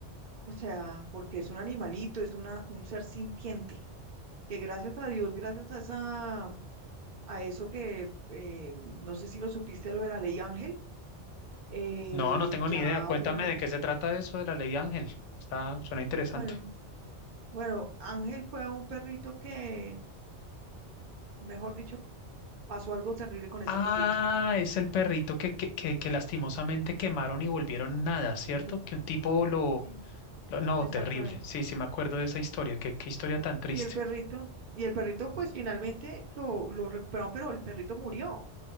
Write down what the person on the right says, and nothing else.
O sea, porque es un animalito, es una, un ser sintiente. que gracias a Dios, gracias a esa, a eso que eh, no sé si lo supiste lo de la ley Ángel, eh,
ya
uno,
bueno, bueno, Ángel fue un perrito que, mejor dicho, pasó algo terrible con ese
perrito.
Oh,
Sí,
exactamente.
Y el perrito, y el perrito, pues finalmente lo, lo recuperaron, pero el perrito murió,